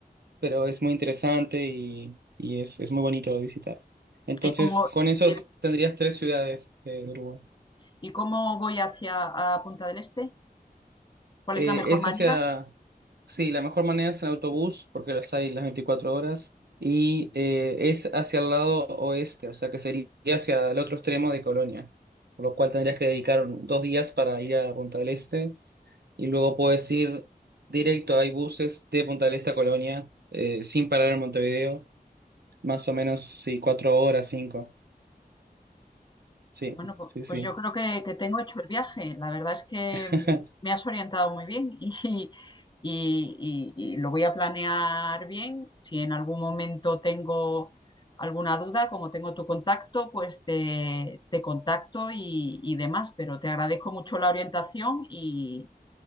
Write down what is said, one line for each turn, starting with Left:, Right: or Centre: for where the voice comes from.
Right: pero es muy interesante y, y es, es muy bonito de visitar. Entonces,
Left: ¿Y cómo,
Right: con eso
Left: de-
Right: tendrías tres ciudades de, de Uruguay.
Left: y cómo voy hacia a Punta del Este? ¿Cuál
Right: Eh,
Left: es la mejor
Right: es
Left: manera?
Right: hacia, sí, la mejor manera es en autobús, porque los hay las 24 horas, y eh, es hacia el lado oeste, o sea que sería hacia el otro extremo de Colonia, por lo cual tendrías que dedicar dos días para ir a Punta del Este, y luego puedes ir directo, hay buses de Punta del Este a Colonia, eh, sin parar en Montevideo, más o menos, sí, cuatro horas, cinco, sí,
Left: Bueno, pu-
Right: sí, sí.
Left: pues yo creo que, que tengo hecho el viaje. La verdad es que
Right: <laughs>
Left: mm, me has orientado muy bien <laughs> y, y- y- y lo voy a planear bien. Si en algún momento tengo alguna duda, como tengo tu contacto, pues te, te contacto y, y demás. Pero te agradezco mucho la orientación y,